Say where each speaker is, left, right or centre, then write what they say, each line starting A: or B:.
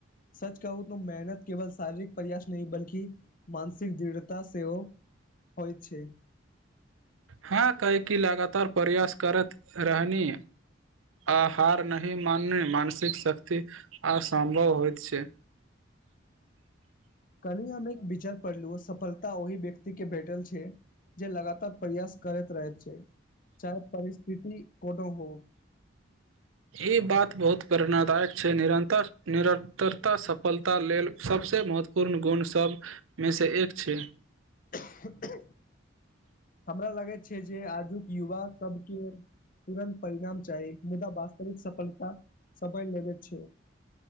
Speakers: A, on the left; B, on the right.
A: सच कहू त मेहनत केवल शारीरिक प्रयास नहिह बल्कि मानसिक दृढ़ता सेहोव होइत छै।
B: हँ कैकी लगातार प्रयास करैत रहनी आ हार नहिही मानने मानसिक शक्ति असम्भव होइत छै।
A: कनि हम एक विचार पढ़लू सफलता ओहि व्यक्ति के भेटल छै जे लगातार प्रयास करैत रहैत छै। चाहे परिस्थिति। कोनो हो।
B: ई बात बहुत प्रेरणादायक छै निरन्तर निरन्तरता सफलता लेल सबसे महत्वपूर्ण गुण सभमेसँ एक छै।
A: <unintelligible> करा। जे आजुक युवा सबके तुरन्त परिणाम चाही मुदा वास्तविक सफलता। सब लेबे छै।